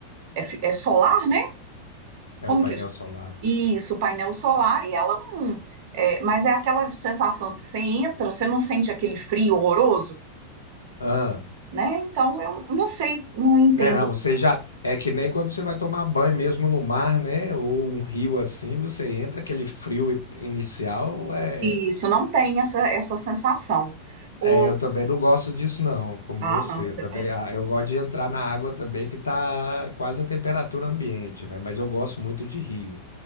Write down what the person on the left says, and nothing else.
é
o
painel
solar.
Ah.
É, não, você já. É que nem quando você vai tomar banho mesmo no mar, né? Ou um rio assim, você entra aquele frio i- inicial. É,
é, eu também não gosto disso, não, como
você.
Eu também,
ah, eu gosto de entrar na água também, que tá quase a temperatura ambiente, né? Mas eu gosto muito de rio.